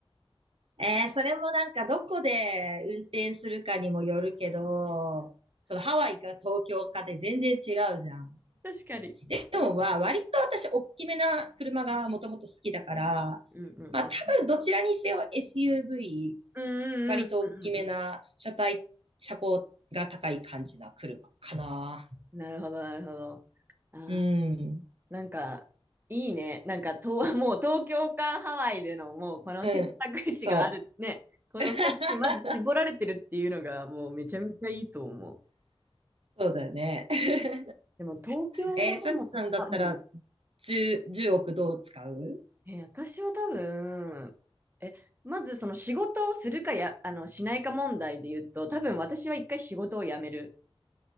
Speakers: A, on the right (about 70°); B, on the right (about 20°).
A: えー、それもなんか、どこで運転するかにもよるけど、そのハワイか東京かで全然違うじゃん。
B: 確かに。
A: でもは、割と私、大きめな車がもともと好きだから、
B: うんうんうん。
A: まあ、多分どちらにせよ SUV、
B: うんうんうんうんう
A: 割と大きめな車体、車高が高い感じな車かな。
B: ん。なるほど、なるほど。あ
A: うん。
B: ー、なんか、いいね。なんか、と、<laughs> もう東京かハワイでの、もうこの選択肢があるね。
A: うん。そう。
B: この2つにまず絞られてるっていうのが、
A: <laughs>
B: もうめちゃめちゃいいと思う。
A: そうだよね。<laughs>
B: でも東京もでも、
A: えー、サチさんだったら、
B: あ、うん。
A: 10、億どう使う
B: えー私は多分、え、まずその仕事をするかや、あの、しないか問題で言うと、多分私は一回仕事を辞める。